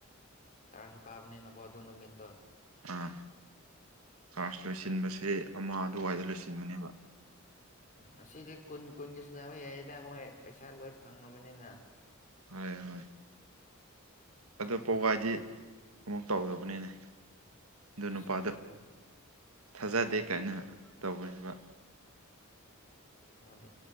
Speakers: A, on the left; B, on the right.
A: ꯁꯨꯨ ꯀꯥꯕꯅꯤꯅ ꯀꯣ ꯑꯗꯨꯣ ꯅꯨꯃꯤꯠꯇ
B: ꯑꯥ ꯀꯥꯔꯖ ꯂꯣꯏꯁꯤꯟꯕꯁꯦ ꯑꯃ ꯑꯗꯨꯋꯥꯏꯗ ꯂꯣꯏꯁꯤꯟꯕꯅꯦꯕ
A: ꯉꯁꯤꯗꯤ ꯀꯨꯟ ꯀꯨꯟꯒꯤ ꯁꯨꯅꯕ ꯌꯥꯏꯗꯃꯣꯏ ꯄꯩꯁꯥ ꯂꯣꯏ ꯐꯪ꯭ꯔꯕꯅꯤꯅ
B: ꯍꯣꯏ ꯍꯣꯏ ꯑꯣ ꯄꯒꯥꯏꯗꯤ ꯑꯃꯨꯛ ꯇꯧꯗꯕꯅꯤꯅꯦ ꯑꯗꯨ
A: ꯑꯁꯥꯏ
B: ꯅꯨꯄꯥꯗꯣ
A: ꯑꯗꯨ
B: ꯊꯥꯖꯗꯦ ꯀꯥꯏꯅ ꯇꯧꯕꯅꯤꯡꯕ
A: ꯍ